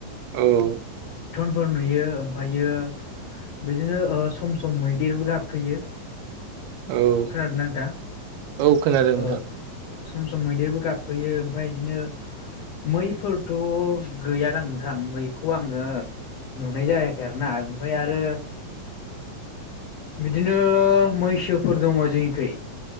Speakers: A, on the right; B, on the left.
A: औ
B: फोर नुयो ओमफ्रायो बिदिनो सम सम मैदेरबो गाबफैयो।
A: औ
B: खोनादों ना नोंथां
A: औ खोनादों
B: ओ
A: नोंथां
B: सम सम मैदेरबो गाबफैयो ओमफ्राय बिदिनो मैफोरथ' गैयादां नोंथां मैखौ आङो नुनाय जायाखै आरो ना ओमफ्राय आरो बिदिनो मैसोफोर दङ जोंनिखै